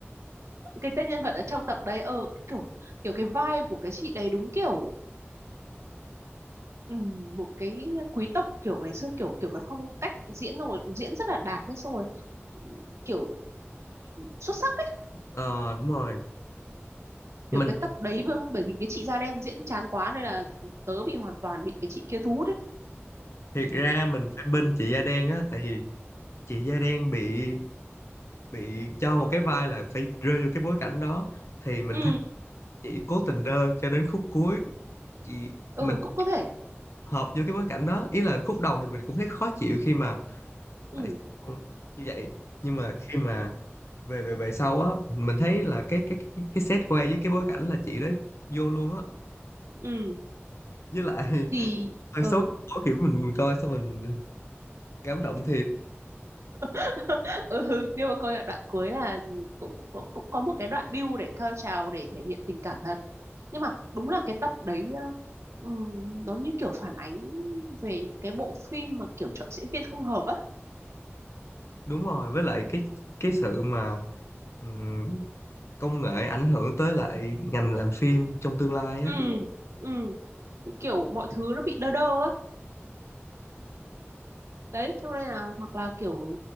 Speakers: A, on the right (about 85°); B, on the left (about 75°).
A: cái tên nhân vật ở trong tập đấy ờ kiểu kiểu cái vibe của cái chị đấy đúng kiểu ừ, một cái quý tộc kiểu ngày xưa kiểu kiểu cái phong cách diễn xong rồi diễn rất là đạt nhé xong rồi kiểu xuất sắc ấy
B: ờ đúng rồi mình
A: được cái tập đấy bởi bởi vì cái chị da đen diễn chán quá nên là tớ bị hoàn toàn bị cái chị kia thu hút ấy
B: thiệt ra mình phải bên chị da đen á tại vì chị da đen bị bị cho một cái vai là phải rơi vô cái bối cảnh đó thì mình
A: ừ
B: thấy chị cố tình đơ cho đến khúc cuối chị
A: ừ
B: mình
A: cũng có thể
B: hợp vô cái bối cảnh đó ý là khúc đầu thì mình cũng thấy khó chịu khi mà
A: ừ
B: tại sao như vậy nhưng mà khi mà về về về sau á mình thấy là cái cái cái, cái set quay với cái bối cảnh là chị đó vô luôn á
A: ừ
B: với lại <laughs>
A: thì
B: hơi
A: ừ
B: xấu hổ kiểu mình, mình coi xong mình cảm động thiệt
A: <laughs> ừ nhưng mà coi đoạn cuối là cũng cũng cũng có một cái đoạn build để cao trào để thể hiện tình cảm thật nhưng mà đúng là cái tập đấy ờ, ừm, nó như kiểu phản ánh về những cái bộ phim mà kiểu chọn diễn viên không hợp á
B: đúng rồi với lại cái cái sự mà ừm, công nghệ ảnh hưởng tới lại ngành làm phim trong tương lai
A: ừ
B: á
A: ừ kiểu mọi thứ nó bị đơ đơ á đấy cho nên là hoặc là kiểu